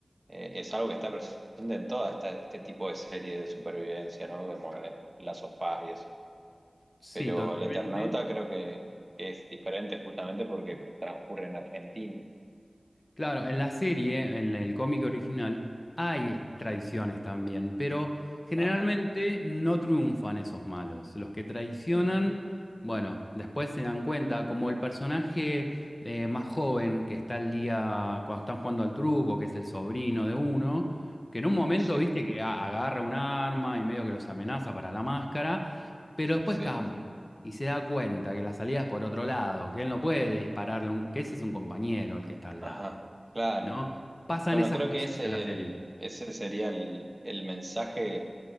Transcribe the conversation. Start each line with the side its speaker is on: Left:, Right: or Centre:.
Right: eh, es algo que está presente en toda esta, este tipo de series de supervivencia, ¿no? Como de las sofás y eso.
Left: Sí,
Right: Pero
Left: totalmente.
Right: el Eternauta creo que es diferente justamente porque transcurre en Argentina.
Left: Claro, en la serie, en el cómic original, hay traiciones también, pero generalmente
Right: Ajá.
Left: no triunfan esos malos. Los que traicionan,
Right: Ujú.
Left: bueno, después se dan cuenta, como el personaje eh, más joven que está al día cuando están jugando al truco, que es el sobrino de uno, que en un momento,
Right: Sí,
Left: viste, que a- agarra un arma y medio que los amenaza para la máscara, pero después
Right: sí.
Left: cambia. Y se da cuenta que la salida es por otro lado, que él no puede dispararle, un- que ese es un compañero el que está al
Right: Ajá.
Left: lado.
Right: Claro.
Left: ¿no? Pasan
Right: Bueno,
Left: esas
Right: creo
Left: cosas
Right: que ese
Left: en la serie.
Right: es el, ese sería el, el mensaje